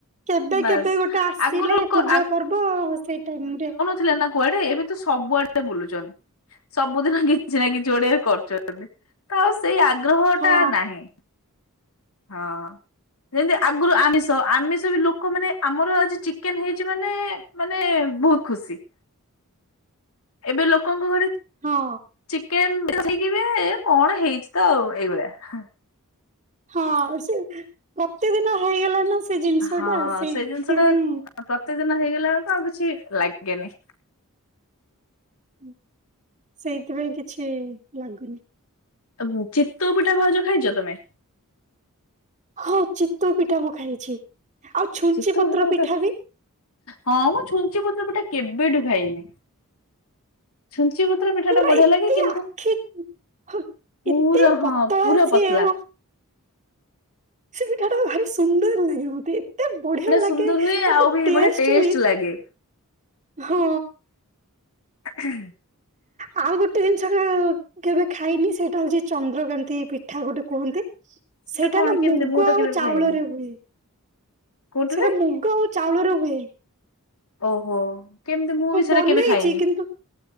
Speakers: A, on the right (about 35°); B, on the left (about 70°).
A: କେବେ
B: ବାସ୍
A: କେବେ ଗୋଟେ ଆସିଲେ
B: ଆଗରୁ କ
A: ପୂଜା ପର୍ବ ସେଇ ଟାଇମ ରେ।
B: ଥିଲେ ନା କୁଆଡେ ଏବେ ତ ସବୁାଆଡେ ବୁଲୁ ଛନ୍। ସବୁଦିନ କିଛି ନା କିଛି ଗୋଟେ କରୁଛନ୍ତି ତ ଆଉ ସେଇ ଆଗ୍ରହଟା
A: ହଁ
B: ନାହିଁ। ହଁ। ଯେମିତି ଆଗରୁ ଆମିଷ ଆମିଷ ବି ଲୋକ ମାନେ ଆମର ଆଜି ଚିକେନ ହେଇଛି ମାନେ। ମାନେ ବହୁତ ଖୁସି। ଏବେ ଲୋକଙ୍କ ଘରେ
A: ହଁ
B: ଚିକେନ। କି ବେ ଏ କଣ ହେଇଛି ତ ଆଉ ଏଇଭଳିଆ‌ ହାଁ।
A: ହଁ ସେ ପ୍ରତିଦିନ ହେଇଗଲାଣି ନା ସେ ଜିନିଷଟା
B: ହଁ
A: ସେଇଥିପାଇଁ।
B: ସେଇ ଜିନିଷ ଟା ପ୍ରତିଦିନ ହେଇଗଲା ବେଳକୁ ଆଉ କିଛି ଲାଗେନି।
A: ହୁଁ ସେଇଥି ପାଇଁ କିଛି ଲାଗୁନି।
B: ତ ବୁ ଚିତୋଉ ପିଠା ଭାଉଜ ଖାଇଛ ତମେ।
A: ହଁ ଚିତୋଉ ପିଠା ମୁଁ ଖାଇଛି ଆଉ ଛୁଞ୍ଚି
B: ଚିତଉ
A: ପତ୍ର
B: ମତେ
A: ପିଠା ବି।
B: ହଁ ମୁଁ ଛୁଞ୍ଚି ପତ୍ର ପିଠା କେବେ ଠୁ ଖାଇନି। ଛୁଞ୍ଚି ପତରେ ପିଠା
A: ପୁରା
B: ଟା ବଢିଆ
A: ଏତେ
B: ଲାଗେ କିନ୍ତୁ।
A: ଆଖି ହଁ
B: ପୁରା
A: ଏତେ
B: ହଁ
A: ପତଳା
B: ପୁରା
A: ସିଏ
B: ପତଲା।
A: ସେ ପିଠା ଟା ଭାରି ସୁନ୍ଦର ଲାଗେ ମତେ ଏତେ ବଢିଆ ଲାଗେ
B: ସୁନ୍ଦର ହୁଏ
A: ଆ
B: ଆଉ
A: ତା
B: ବି
A: ଟେଷ୍ଟ
B: ବଢିଆ
A: ବି।
B: ଲାଗେ।
A: ହଁ।
B: ହୁଁ
A: ଆଉ ଗୋଟେ ଜିନିଷ କ କେବେ ଖାଇନି ସେଇଟା ହଉଛି ଚନ୍ଦ୍ରକାନ୍ତି ପିଠା ଗୋଟେ କୁହନ୍ତି।
B: ସେଟା
A: ସେଇଟା
B: କଣ
A: ନା
B: କେମିତି
A: ମୁଗ
B: ମୁଁ ତ
A: ଆଉ
B: କେବେ ବି
A: ଚାଉଳରେ
B: ଖାଇନି
A: ହୁଏ।
B: କୋଉଠିରେ
A: ସେଟା ମୁଗ ଆଉ ଚାଉଳରେ ହୁଏ।
B: ଓହୋ କେମିତି ମୁଁ ବି ସେଇଟା
A: ବନେଇଛି
B: କେବେ ଖାଇନି।
A: କିନ୍ତୁ